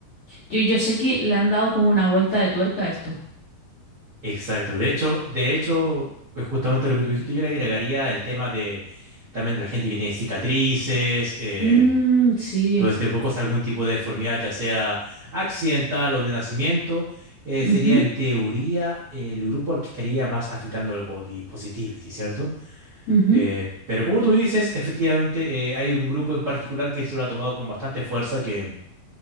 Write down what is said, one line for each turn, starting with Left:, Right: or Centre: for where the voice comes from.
Left: yo, yo sé que le han dado como una vuelta de tuerca a esto.
Right: Exacto. De hecho, de hecho, pues justamente lo que tú dijiste, yo le agregaría el tema de también la gente que tiene cicatrices, em,
Left: Mm, sí.
Right: todo este tipo de cosas, algún tipo de deformidad, ya sea accidental o de nacimiento, eh,
Left: Ujú,
Right: sería en teoría el grupo al que estaría más afectando el body positivity, ¿cierto?
Left: ujú.
Right: Eh, pero como tú dices, efectivamente eh, hay un grupo en particular que se lo ha tomado con bastante fuerza, que